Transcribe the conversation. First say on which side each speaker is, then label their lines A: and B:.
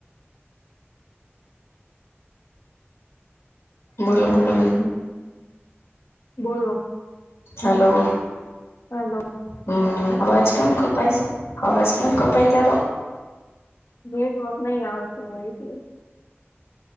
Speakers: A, on the left (about 85°); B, on the left (about 65°).
A: બોલો બોલો બો?
B: બોલો-
A: હલો-
B: હાલો.
A: હમ અવાજ કેમ કપાય છે અવાજ કેમ કપાય તારો
B: નેટવર્ક નહી આવતું હું એટલે